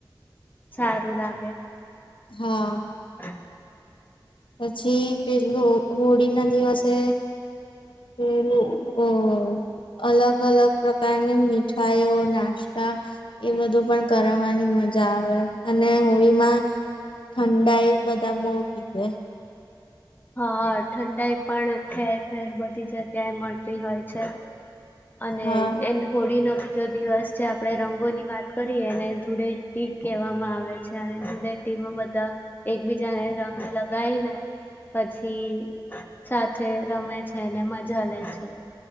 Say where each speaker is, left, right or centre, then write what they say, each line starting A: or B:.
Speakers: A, on the left (about 25°); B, on the left (about 85°).
A: સારું લાગે
B: હા
A: <inaudible>
B: પછી પેલું હોળી ના દિવસે પેલું
A: <inaudible>
B: અ અલગ અલગ પ્રકારની મીઠાઈઓ નાસ્તા એ બધું પણ કરવાની. મજા આવે અને હોળીમાં ઠંડાઈ બધા બઉ પીવે
A: હા ઠંડાઈ પણ ઠેર ઠેર બધી જગ્યાએ મળતી હોય છે. અને
B: હા
A: એ હોળી નો બીજો દિવસ છે આપણેે રંગોની વાત કરીએ ને ધુળેટી કહેવામાં આવે છે અને જો ધુળેટી બધા એકબીજાને રંગ લગાય ને એ સાથે રમે છે મજા લે છે